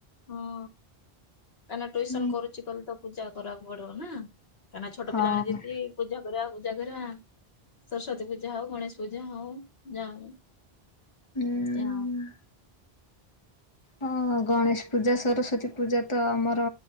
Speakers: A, on the left; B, on the left.
A: ହଁ କାହିଁକି ଟୁସ
B: ହୁଁ।
A: କରୁଛି କହଲି ତ ପୂଜା କରିବାକୁ ପଡିବ ନା କାହିଁକ ନା ଛୋଟ
B: ହଁ
A: ପିଲାମାନେେି ପୂଜା କରିବାକୁ ଜାଗର ସରସ୍ଵତୀ ପୂଜା ହଉ ଗଣେଶ ପୂଜା ହଉ ଯ ହ
B: ଉଁ
A: ତ
B: ହଁ ଗଣେଶ ପୂଜା ସରସ୍ଵତୀ ପୂଜା ତ ଆମର